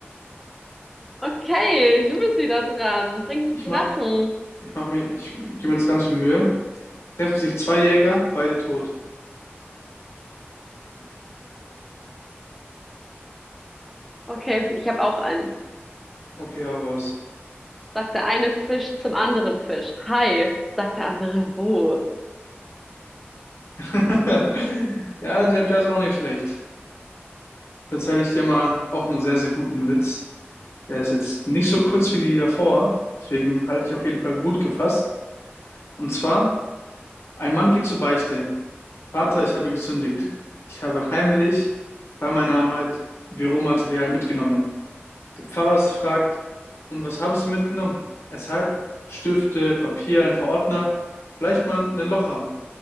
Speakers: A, in the centre; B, on the left (about 75°).
A: Okay, du bist wieder dran. Bring mich
B: Ich
A: zum
B: mach,
A: Lachen.
B: ich mach mir, ich gebe mir jetzt ganz viel Mühe. Treffen sich zwei Jäger, beide tot. <laughs>
A: Okay, ich habe auch einen.
B: Okay, hau raus.
A: Sagt der eine Fisch zum anderen Fisch. Hi, sagt der andere wo?
B: <laughs> Ja, der, der ist auch nicht schlecht. Da erzähle ich dir mal auch einen sehr, sehr guten Witz. Der ist jetzt nicht so kurz wie die davor, deswegen halte ich auf jeden Fall gut gefasst. Und zwar, ein Mann geht zur Beichte. Vater, ich habe gesündigt.
A: Hm.
B: Ich habe heimlich bei meiner Arbeit Büromaterial mitgenommen. Der Pfarrer fragt, und was haben Sie mitgenommen? Er sagt, Stifte, Papier, ein paar Ordner, vielleicht mal einen Locher.